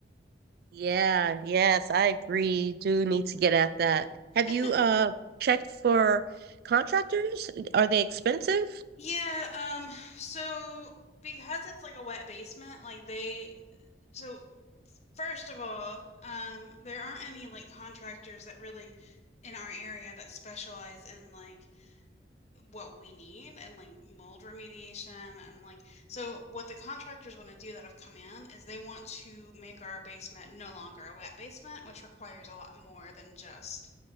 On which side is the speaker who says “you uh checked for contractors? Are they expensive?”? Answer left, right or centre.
Right